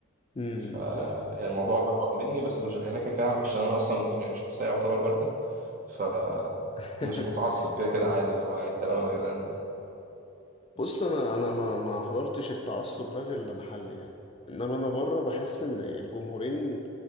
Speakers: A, on the left (about 25°); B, on the right (about 40°).
A: امم
B: ف
A: فاهم
B: يعني الموضوع بحوق مني بس مش يعني انا كده كده عشان انا اصلا يعني شخصيه يعتبر بارده ف
A: <laughs>
B: مش متعصب كده كده عادي اللي هو يعني تمام يا جدعان
A: بص انا انا ما ما حضرتش التعصب ده غير لما حل يعني انما انا بره بحس ان الجمهورين